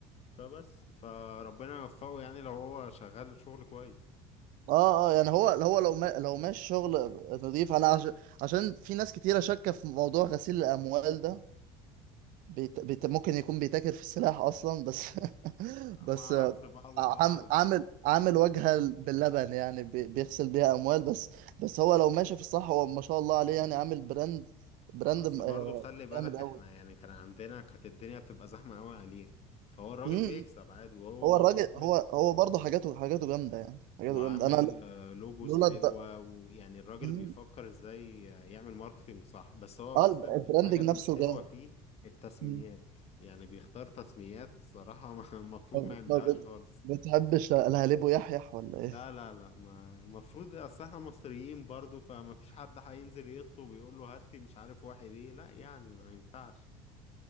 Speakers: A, on the left; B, on the right.
A: فبس فربنا يوفقه يعني لو هو شغال شغل كويس
B: اه اه يعني هو هو لو ما لو ماشي شغل نظيف انا عش... عشان في ناس كتيره شاكه في موضوع غسيل الاموال ده بيت... بيت... ممكن يكون بيتاجر في السلاح اصلا بس <laughs>
A: لا
B: بس
A: ما اعرفش بقى الله
B: عم...
A: اعلم
B: عامل
A: يعني
B: عامل وجهه باللبن يعني بي... بيغسل بيها اموال بس بس هو لو ماشي في الصح هو ما شاء الله عليه يعني عامل براند براند
A: اه اصل
B: م- آه،
A: برضه خلي بالك
B: جامد قوي
A: احنا يعني كان عندنا كانت الدنيا بتبقى زحمة قوي عليه فهو الراجل
B: مم.
A: بيكسب عادي وهو
B: هو
A: برضه
B: الراجل
A: عامل
B: هو هو برضه حاجاته حاجاته جامده يعني حاجاته
A: وعامل
B: جامده انا
A: آه، لوجوز
B: لولا
A: حلوة
B: الد...
A: ويعني الراجل
B: مم.
A: بيفكر ازاي آه، يعمل ماركتينج صح بس هو
B: اه
A: بس
B: الب-
A: ال-
B: البراندنج
A: الحاجة اللي
B: نفسه
A: مش حلوة
B: جامد
A: فيه التسميات
B: مم.
A: يعني بيختار تسميات صراحة ما- <laughs> المفروض
B: ما
A: ما يعملهاش
B: ما بت...
A: خالص
B: بتحبش لا- الهليب ويحيح ولا
A: لا
B: ايه؟
A: لا لا ما المفروض اصل احنا مصريين برضه فما فيش حد هينزل يطلب يقول له هات لي مش عارف واحد ايه لا يعني ما ينفعش